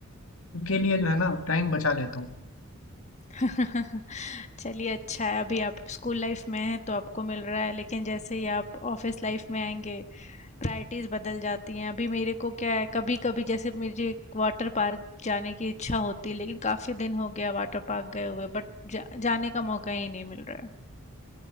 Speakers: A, on the left (about 70°); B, on the left (about 30°).
A: के लिए जो है ना टाइम बचा लेता हूँ
B: हम्म। <laughs> चलिए अच्छा है अभी आप स्कूल लाइफ में हैं तो आपको मिल रहा है लेकिन जैसे ही आप ऑफिस लाइफ में आएंगे प्रायोरिटीज़ बदल जाती हैं अभी मेरे को क्या है कभी कभी जैसे मुझे वाटर पार्क जाने की इच्छा होती है लेकिन काफ़ी दिन हो गया वाटर पार्क गए हुए बट जा, जाने का मौका ही नहीं मिल रहा है